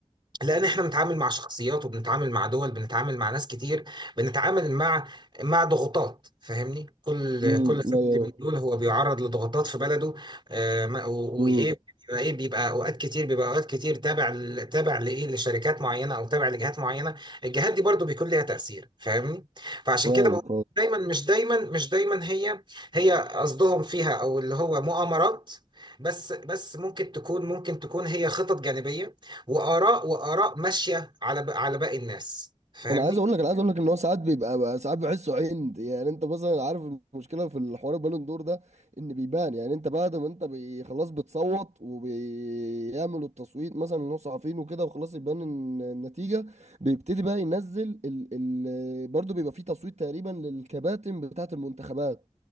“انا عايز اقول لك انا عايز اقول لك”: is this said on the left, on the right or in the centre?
Right